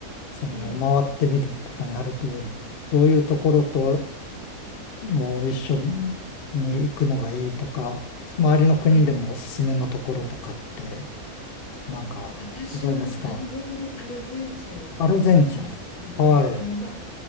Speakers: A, on the left; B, on the left.
A: その回ってみるとかになると、
B: ええ、
A: どういうところとも一緒に
B: はい。
A: 行くのがいいとか、周りの国でもおすすめのところとかって、
B: はい。
A: なんかございますか
B: 私は断然アルゼンチンですね。
A: アルゼンチン。はい。
B: あの、まあ、